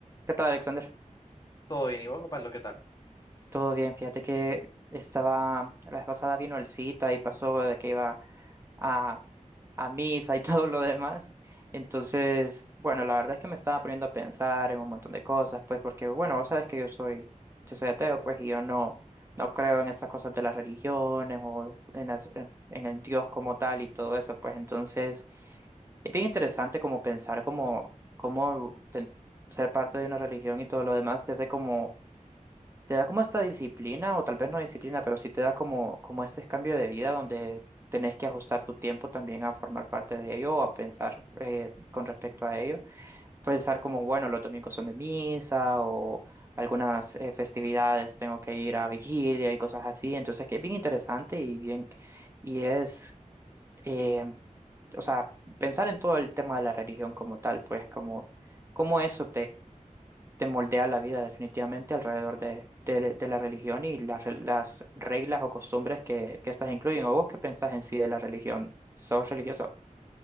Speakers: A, on the right (about 20°); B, on the left (about 30°).
A: ¿Qué tal, Alexander?
B: Todo bien, ¿y vos, Pablo, qué tal?
A: Todo bien, fíjate que estaba, la vez pasada vino el cita y pasó de que iba a, a misa y <laughs> todo lo demás. Entonces, bueno, la verdad es que me estaba poniendo a pensar en un montón de cosas, pues porque, bueno, vos sabes que yo soy, yo soy ateo, pues, y yo no, no creo en esas cosas de las religiones o en las- en en el Dios como tal y todo eso, pues entonces... Es bien interesante como pensar como cómo cómo te- ser parte de una religión y todo lo demás te hace como te da como esta disciplina, o tal vez no disciplina, pero sí te da como, como este cambio de vida donde tenés que ajustar tu tiempo también a formar parte de ello o a pensar eh, con respecto a ello. Pensar como, bueno, los domingos son de misa o algunas eh, festividades tengo que ir a vigilia y cosas así. Entonces, que es bien interesante y bien, y es, eh, o sea, pensar en todo el tema de la religión como tal, pues como, como eso te moldea la vida definitivamente alrededor de, de- de la religión y las, re- las reglas o costumbres que, que estas incluyen. ¿O vos qué pensás en sí de la religión? ¿Sos religioso?